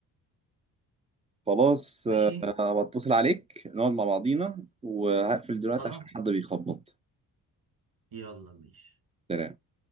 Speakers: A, on the right; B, on the right.
A: خلاص آه،
B: ماشي
A: انا بتصل عليك نقعد مع بعضينا وهقفل دلوقتي
B: خلاص
A: عشان حد بيخبط
B: يلا ماشي
A: سلام